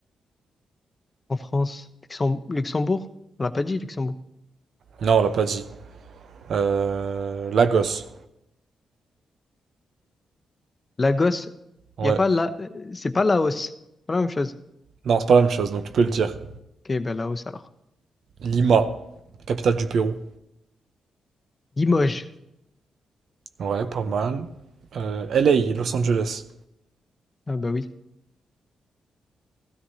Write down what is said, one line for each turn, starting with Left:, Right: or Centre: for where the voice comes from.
Left: En France. Luxem- Luxembourg. On l'a pas dit, Luxembourg.
Right: Non, on l'a pas dit. Euh, Lagos.
Left: Lagos.
Right: Ouais.
Left: Il y a pas la... euh, C'est pas Laos. Pas la même chose.
Right: Non, c'est pas la même chose, donc tu peux le dire.
Left: Ok, ben Laos alors.
Right: Lima, capitale du Pérou.
Left: Limoges.
Right: Ouais, pas mal. Euh, L A Los Angeles.
Left: Ah bah oui.